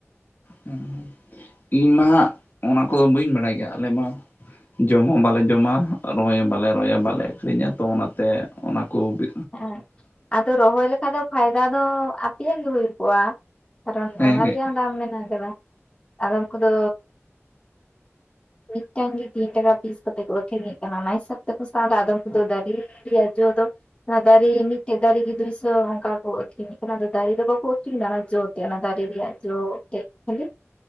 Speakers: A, on the left; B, on the left.
A: ᱦᱩᱸ ᱤᱧ ᱢᱟ ᱦᱟᱸᱜ ᱚᱱᱟ ᱠᱚᱫᱚ ᱵᱟᱹᱧ ᱵᱟᱲᱟᱭ ᱜᱤᱭᱟ ᱟᱞᱮ ᱢᱟ ᱡᱚᱢ ᱦᱚᱸ ᱵᱟᱞᱮ ᱡᱚᱢᱟ ᱟᱨ ᱨᱚᱦᱚᱭ ᱦᱚᱸ ᱵᱟᱞᱮ ᱨᱚᱦᱚᱭᱟ ᱵᱟᱞᱮ ᱟᱹᱠᱷᱨᱤᱧᱟ ᱛᱚ ᱚᱱᱟᱛᱮ ᱚᱱᱟᱠᱚ ᱵᱤ
B: ᱟᱨ ᱟᱫᱚ ᱨᱚᱦᱚᱭ ᱞᱮᱠᱷᱟᱡ ᱫᱚ ᱯᱷᱟᱭᱫᱟ ᱫᱚ ᱟᱯᱮᱭᱟᱜ ᱜᱮ ᱦᱩᱭᱠᱚᱜ-ᱟ ᱠᱟᱨᱚᱱ
A: ᱦᱮᱸ
B: ᱚᱱᱟ
A: ᱦᱮᱸ
B: ᱨᱮᱭᱟᱜ ᱦᱚ ᱫᱟᱢ ᱢᱮᱱᱟᱜ ᱠᱟᱫᱟ᱾ ᱟᱫᱚᱢ ᱠᱩᱫᱚ ᱢᱤᱫᱴᱟᱝ ᱜᱤ ᱛᱤᱱ ᱴᱟᱠᱟ ᱵᱤᱥ ᱠᱟᱛᱮᱜ ᱠᱚ ᱟᱹᱠᱷᱨᱤᱧᱮᱜ ᱠᱟᱱᱟ ᱚᱱᱟ ᱦᱤᱥᱟᱹᱵ ᱛᱮᱠᱚ ᱥᱟᱵᱟ ᱟᱫᱚᱢ ᱠᱚᱫᱚ ᱫᱟᱨᱤ ᱨᱤᱭᱟᱜ ᱡᱚ ᱫᱚ ᱚᱱᱟ ᱫᱟᱨᱤ ᱢᱤᱫᱴᱮᱡ ᱫᱟᱨᱤ ᱜᱤ ᱫᱩᱭᱥᱚ ᱩᱱᱠᱟ ᱠᱚ ᱟᱹᱷᱨᱤᱧᱮᱜ ᱠᱟᱱᱟ ᱟᱫᱚ ᱫᱟᱨᱮ ᱫᱚ ᱵᱟᱠᱚ ᱟᱹᱷᱨᱤᱧᱫᱟ ᱚᱱᱟ ᱡᱚ᱾ ᱛᱮᱫ ᱚᱱᱟ ᱫᱟᱨᱮ ᱨᱤᱭᱟᱜ ᱡᱚ ᱛᱮᱫ ᱠᱷᱟᱹᱞᱤ᱾